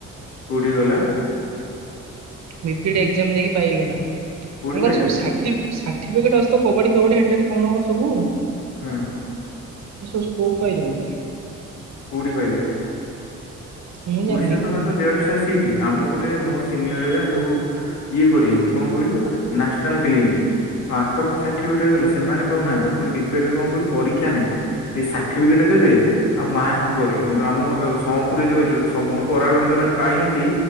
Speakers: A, on the left; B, on the right.
A: କୋଉଠି କି ଗଲେ?
B: ବିପିଏଡ୍ ଏକ୍ସାମ ଦେଇକି ପାଇଗଲା ତାଙ୍କର
A: କୋଉଠି ପାଇଲା
B: ସବୁ ସାର୍ଟି ଫିକେଟ୍ ଅଛି ତ କବାଡି ଫବାଡି ଏଣ୍ଟାର କଣ କଣ ସବୁ
A: ହଁ।
B: ଏ ସବୁ ସ୍କୋପ ପାଉଯାଉନି।
A: କୋଉଠ ପାଇଲା
B: ମୁଁ ଜାଣିନି
A: ଓଡିଶାରେ ତ ମାତ୍ର ଦେଢଶ ସି ଟ୍ ଆମ ପଟେ ମୋ ସିନିୟର ସବୁ ଇଏ କରିକିନ୍ତି କଣ କହିଲୁ ନ୍ୟାସନାଲ ଖେଳିଚନ୍ତି। ଆଙ୍କର କଣ ସାର୍ଟିଫିକଟ ହେଇଗଲା। ସେମାନେ ପାଉନାହାନ୍ତି ଫୁଣି ବିପିଏଡ୍ ରେ କଣ କହିଲୁ ପରୀକ୍ଷା ନାହିଁ। ଏଇ ସାର୍ଟିଫିକେଟ ଦେବେ ଆଉ ମାର୍କ କରିବେ ମୋ ଆମ ଏ ସମ୍ପୁରରେ ଯୋଉ ଏ ଯୋଉ ସମ୍ପୂର୍ଣ ବରାଗୁଡ ଯୋଉମାନେ ପାଇହିନ୍ତି